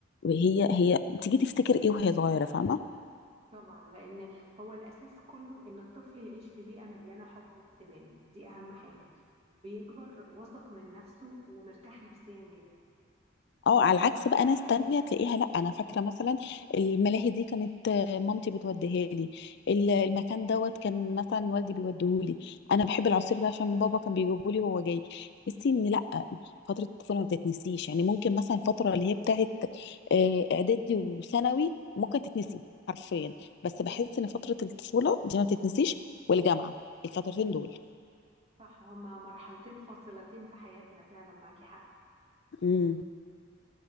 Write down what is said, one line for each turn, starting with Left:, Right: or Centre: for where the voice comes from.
Left: هي هي بتيجي تفتكر ايه وهي صغيره فاهمه
Right: طبعا لان هو الاساس كله ان الطفل يعيش في بيئه مليانه حب واهتمام دي اهم حاجه بيكبر واثق من نفسه ومرتاح نفسيا جدا
Left: اه على العكس بقى ناس تانية تلاقيها لا انا فاكره مثلا الملاهي دي كانت آه، مامتي بتوديها لي ال- المكان دوت كان مثلا والدي بيوديهولي انا بحب العصير ده عشان بابا كان بيجيبه لي وهو جاي تحسي ان لا فتره الطفوله ما بتتنسيش يعني ممكن مثلا الفتره اللي هي بتاعت آه، اعدادي وثانوي ممكن تتنسي حرفيا بس بحس ان فتره الطفوله دي ما بتتنسيش والجامعه الفترتين دول
Right: صح هما مرحلتين فاصلتين في حياتنا فعلا معاكي حق
Left: امم